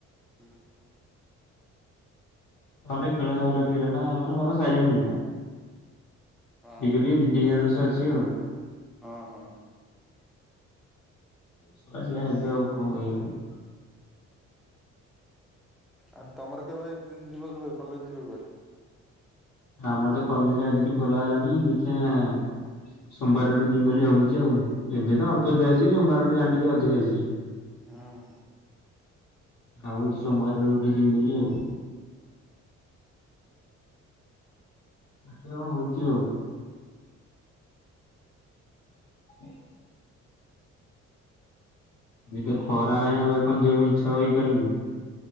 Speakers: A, in the centre; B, on the left.
A: ହୁଁ ହୁଁ।
B: ଭଲ ଖେଳେ ଭଲ ପିଲାଟା ମାନେ ଭଲ ସାଇଲେଣ୍ଟ ପିଲାଟା
A: ହଁ
B: ଟିକେ
A: ହଁ
B: ଟିକେ ଟିଙ୍ଗା ଦୋଷ ଅଛି ଆଉ।
A: ହଁ ହଁ।
B: ଛୁଆ ସେଇଆ ହେବେ ଆଉ କଣ କହିବା ତାଙ୍କୁ।
A: ଆ ତମର କେବେ ଏକ ଦିନ ଯିବ କେିବ କଲେଜ ଯିବ କେିବ?
B: ଆମର ତ କଲେଜ ଆଜିଠୁ ଖୋଲା ହେଲାଣି ଦେଖିିବା ସୋମବାର ଆଡୁ ଯିମି ବୋଲି ଭାବୁଛି ଆଉ। ଏବେ ତ ଅଳପ ଛୁଆ ସିବ ସମବାର ଠୁ ଟିକେ ଅଧିକ ଆସିବେ।
A: ହୁଁ ହୁଁ।
B: ଆଉ ଅଛି ସୋମବାର ର ଉଠି ଯିବମ ବୋଲି ଆଉ। <unintelligible> ହଉଛି ଆଉ। ହଁ ଏ ତ ଖରା ହେଇ ଭାଇ କଣ ଯିବା ପାଇଁ ଇଚ୍ଛା ହେବ କଲେଜ।